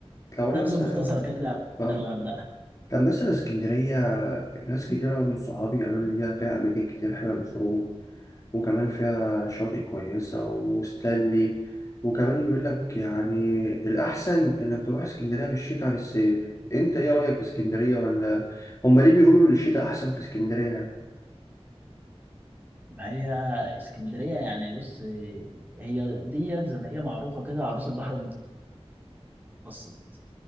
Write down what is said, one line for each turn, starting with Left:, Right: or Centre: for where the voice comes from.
Left: لو
Right: نبذة
Left: أنا مثلا
Right: مختصرة كده
Left: آه
Right: عن الغردقة
Left: طب مثلا اسكندرية ناس كتيرة من صحابي قالوا لي ليها فيها أماكن كتير حلوة للخروج وكمان فيها شاطئ كويسة وستانلي وكمان بيقول لك يعني الأحسن إنك تروح اسكندرية في الشتاء عن الصيف أنت إيه رأيك في اسكندرية ولا هما ليه بيقولوا إن الشتاء أحسن في اسكندرية؟ يعني؟
Right: ما هي اسكندرية يعني بص هي ديت زي ما هي معروفة كده عروس البحر المتوسط